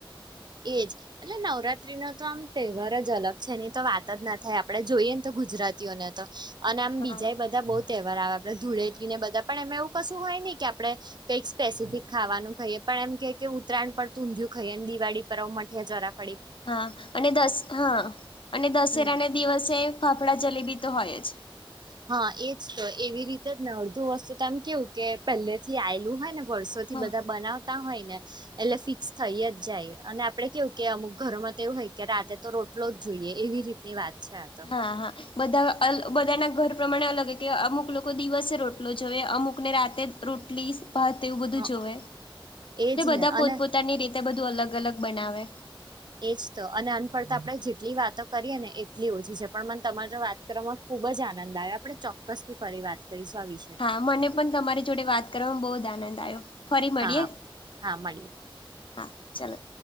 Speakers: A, on the right; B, on the left.
A: એજ એટલે નવરાત્રી નો તો આમ તહેવાર જ અલગ છે. તો વાત જ ના થાય આપડે જોઈએ ને તો ગુજરાતીઓને તો અને આમ બીજા
B: હા
A: બધા બ તહેવાર આવે આપડે ધૂળે એટલી ને બધા પણ એમાં એવું કશું હોય ને કે આપડે કંઈક સ્પેસિફિક ખવાનું ખાઈએ પણ એમ કે કે ઉત્તરાયણ પર ઊંધયું ખાઈએ ને દિવાળી મઠીયા <unintelligible>
B: હા અને દસ હા અને દશેરા
A: હમ
B: ના દિવસે ફાફડા જલેબી તો હોય જ.
A: હા એજ તો એવી રીતે જ ને અડધું વસ્તુ તો આમ કેવું કે પહેલે થી આવેલું હોય ને વર્ષોથી
B: હા
A: બધા બનાવતા હોય ને એટલે ફિક્સ થઈ જ જાય અને આપડે કેવું કે અમુક ઘરમાં તો એવું હોય કે રાતે તો રોટલો જ જોઈએ એવી રીતે ની વાત છે. તો
B: હા, હા. બધા બધાના ઘર પ્રમાણે અલગ કે અમુક લોકો દિવસે રોટલો જોઈએ અમુકને રાત રોટલી ભાત એવું બધું
A: હ
B: જોવે
A: એજ
B: બધા
A: ને
B: પોત
A: અને
B: પોત <unintelligible> ની રીતે બધું અલગ અલગ બનાવે.
A: એજ તો અને અનફળતા આપડણે જેટલી વાતો કરીએ ને એટલી ઓછી છે પણ મન તમારે વાત ખુબ જ આનંદ આવે આપણે ચોક્કસ થી ફરી વાત કરીશું આ વિશે.
B: હા મને પણ તમારી જોડે વાત કરવામાં બહુ જ આનંદ આવ્યો ફરી મળીએે.
A: હા હા મળીએ
B: હા ચાલો.